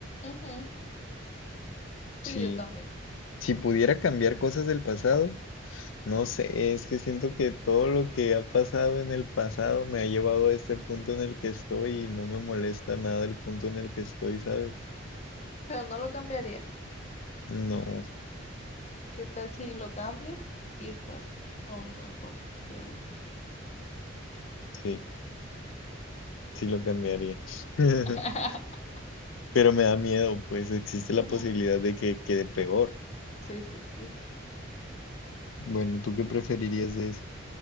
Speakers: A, on the left; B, on the left.
A: Ujú,
B: Si,
A: Sí, yo también.
B: si pudiera cambiar cosas del pasado, no sé, es que siento que todo lo que ha pasado en el pasado me ha llevado a este punto en el que estoy y no me molesta nada el punto en el que estoy, ¿sabes?
A: Pero no lo cambiarías.
B: No,
A: ¿Qué tal si lo cambias y estás aún mejor que ahorita?
B: sí, sí lo cambiaría. <laughs>
A: <laughs>
B: Pero me da miedo, pues existe
A: Ujú,
B: la posibilidad de que quede peor.
A: Sí, sí, sí.
B: Bueno, ¿tú qué preferirías de eso?